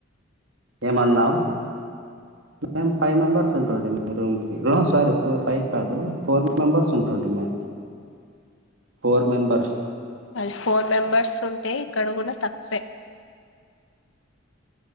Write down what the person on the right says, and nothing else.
ఏమన్నావ్ మేమ్ ఫైవ్ మెంబర్స్ ఉంటాంటిమి రూమ్ కి లా సారి ఫోర్ ఫైవ్ కాదు ఫోర్ మెంబర్స్ ఉంటుంటిమి ఫోర్ మెంబర్స్.